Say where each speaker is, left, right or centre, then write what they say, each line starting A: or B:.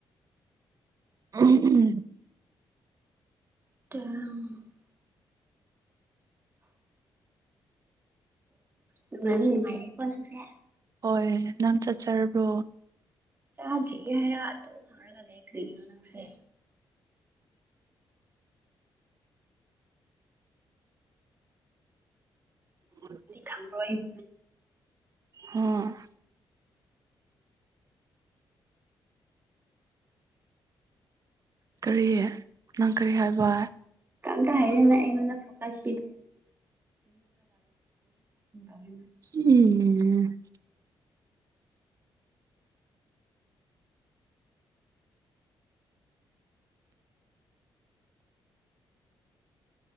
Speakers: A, on the right (about 45°); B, on the right (about 25°).
A: ꯎꯝ ꯎꯝ <unintelligible>
B: <unintelligible> ꯅꯨꯡꯉꯥꯢꯅꯤ ꯅꯨꯡꯉꯥꯢꯅꯤ <unintelligible>
A: ꯍꯣꯏ ꯅꯪ ꯆꯥꯛꯆꯔꯕ꯭ꯔꯣ
B: ꯆꯥꯗ꯭ꯔꯤꯌꯦ ꯍꯥꯏꯔꯥ ꯑꯗꯨ ꯍꯥꯏꯔꯒ ꯂꯩꯈ꯭ꯔꯤꯅꯦ ꯅꯪꯁꯦ
A: ꯎꯝ
B: ꯊꯝꯔꯣꯢ
A: ꯎꯝ ꯀꯔꯤ ꯅꯪ ꯀꯔꯤ ꯍꯥꯏꯕ
B: ꯑꯝꯇ ꯍꯤꯢꯌꯨꯅꯦ ꯅꯩꯉꯣꯟꯗ ꯐꯣꯒꯥꯁ <unintelligible>
A: ꯎꯝ